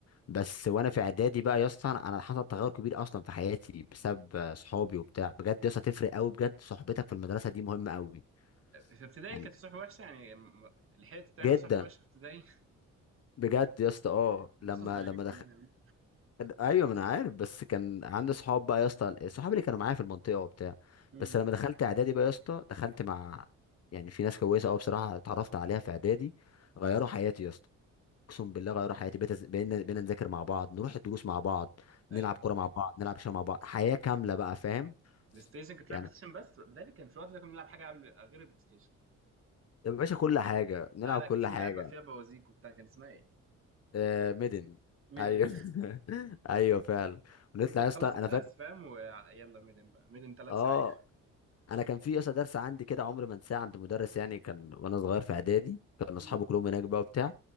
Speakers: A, on the left; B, on the right.
A: بس وانا في اعدادي بقى يا اسطى انا أنا حصل تغير كبير اصلا في حياتي بسبب آه، صحابي وبتاع بجد يا اسطى تفرق قوي بجد صحبتك في المدرسه دي مهمه قوي
B: في ابتدائي
A: يعني
B: كانت صحبه وحشه يعني م- لحقت تعمل
A: جدا
B: صحبه وحشه في ابتدائي
A: بجد يا اسطى اه
B: <laughs> لسه
A: لما
B: صغيرين
A: لما
B: كلنا
A: كان- ايوه ما انا عارف بس كان عندي صحاب بقى يا اسطى الصحاب اللي كانوا معايا في المنطقه وبتاع
B: امم
A: بس لما دخلت اعدادي بقى يا اسطى دخلت مع يعني في ناس كويسه قوي بصراحه اتعرفت عليها في اعدادي غيروا حياتي يا اسطى اقسم بالله غيروا حياتي بقيت أز- بقينا بقينا نذاكر مع بعض نروح الدروس مع بعض نلعب
B: ايوه
A: كوره مع بعض نلعب شويه مع بعض حياه كامله بقى فاهم
B: بلاي ستيشن كنت بتلعب
A: يعني
B: بلاي ستيشن بس بدالي كان في وقت ده كنا بنلعب حاجه قبل غير البلاي ستيشن
A: يا باشا كل حاجه نلعب
B: لا لا
A: كل
B: كانت في
A: حاجه
B: لعبه فيها بوازيك وبتاع كان اسمها ايه
A: آه ميدن
B: ميدن
A: ايوه <laughs> ايوه فعلا ونطلع
B: <laughs> دي كنت
A: يا
B: بتخلص
A: اسطى انا
B: الدرس
A: فاكر
B: فاهم ويلا ميدن بقى ميدن ثلاث
A: اه
B: ساعات
A: انا كان في اصلا درس عندي كده عمري ما انساه عند مدرس يعني كان وانا صغير في اعدادي كان اصحابي
B: امم
A: كلهم هناك بقى وبتاع